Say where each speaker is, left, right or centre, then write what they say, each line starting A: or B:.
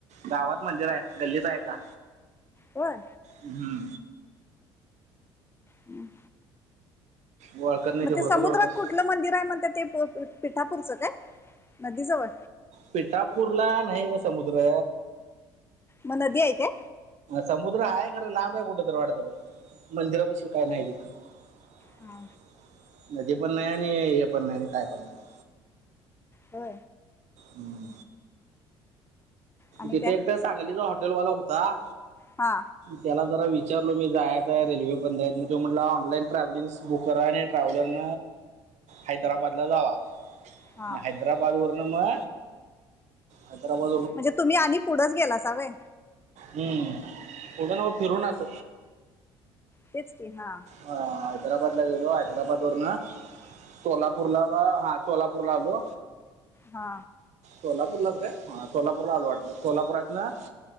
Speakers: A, on the right (about 55°); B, on the left (about 15°).
A: गावात मंदिर आहे गल्लीच आहे का
B: होय
A: हम्म
B: हम्म
A: वळकर नाही
B: मग
A: हुडकत
B: ते समुद्रात
A: हुडकत
B: कुठलं मंदिर आहे म्हणत ते पिठापूरचं काय नदी जवळ
A: पिटापूरला नाही ग समुद्र
B: मग नदी आहेय काय
A: समुद्र हाय खरं लांब आहे कुठं तर वाटतं बा मंदिराप काय नाही तिथं
B: हा
A: नदी पण नाही आणि हे पण नाही आणि काय पण नाही
B: हो
A: हम्म
B: आणि
A: तिथे
B: काय
A: एकट सांगलीचा हॉटेल वाला होता
B: हा
A: त्याला जरा विच विचारलो मी जायत आहे रेल्वे बंद आहेत मग तो म्हटलं ऑनलाईन ट्रॅव्हलिंग् बुक करा आणि ट्रॅ्हलरन हैदराबादला जावा आणि
B: हा
A: हैदराबाद वरन मग हैदराबाद
B: म्हणजे तुम्ही आणि पुढंच गेला सवय
A: हम्म उद्या ना म फिरूनच
B: तेच की हा
A: ह हैदराबाद गेलो हैदराबाद वरन सोलापूरला का हा सोलापूर ला आलो
B: हा
A: सोलापूरलाच का सोलापूरला आल वाटत सोलापूरात ना